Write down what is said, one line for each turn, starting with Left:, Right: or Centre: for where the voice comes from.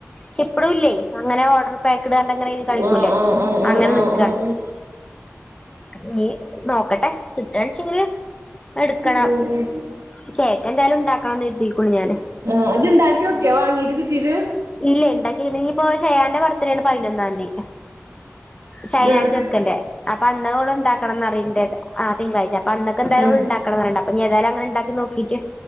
Left: ഷിപ്പ്ഡും ഇല്ലേ അങ്ങനെ ഓർഡർ പാക്കഡ് പറഞ്ഞിട്ട് അങ്ങനെ എഴുതി കാണിക്കൂലേ
Right: ആഹ് ആഹ് ആഹ് ആഹ്
Left: അങ്ങനെ
Right: ആഹ്
Left: നിക്കാണ്
Right: ആഹ് ആഹ്
Left: ഇനി നോക്കട്ടെ കിട്ടാണെച്ചിങ്കില് എടുക്കണം
Right: ഉം ഉം
Left: കേക്കെന്തായാലും ഉണ്ടാക്കണന്ന് കരുതിയിരിക്കുണു ഞാന്
Right: ആഹ് ഇജ് ഇണ്ടാക്കി നോക്കിയോ വാങ്ങീട്ട് കിട്ടീട്ട്
Left: ഇല്ലേ ഇണ്ടാക്കി ഇനി ഇപ്പോ ഷയാന്റെ ബർത്ത്ഡേയാണ് പതിനൊന്നാം തീയതി ഷയാന്റെ
Right: ആഹ്
Left: ചെർക്കന്റെ അപ്പൊ അന്ന് ഓള് ഇണ്ടാക്കണന്ന് പറയിണ്ടേരുന്നു ആഹ് തിങ്കളാഴ്ച്ച അപ്പോ അന്നൊക്കെ എന്തായാലും
Right: ആഹ്
Left: ഓള് ഉണ്ടാക്കണന്ന് പറയുന്നുണ്ട് അപ്പോ ഏതായാലും അങ്ങനുണ്ടാക്കി നോക്കിട്ട്